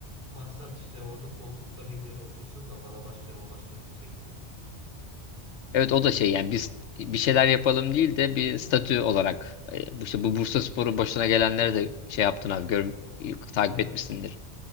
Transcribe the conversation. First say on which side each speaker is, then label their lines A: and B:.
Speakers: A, on the right; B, on the left.
A: Maksat işte orada koltukta birileri otursun da bana başkanım başkanım çeksin.
B: Evet o da şey yani biz bir şeyler yapalım değil de bir statü olarak e, bu işte bu Bursaspor'u başına gelenlere de şey yaptın abi gör, takip
A: Evet.
B: etmişsindir.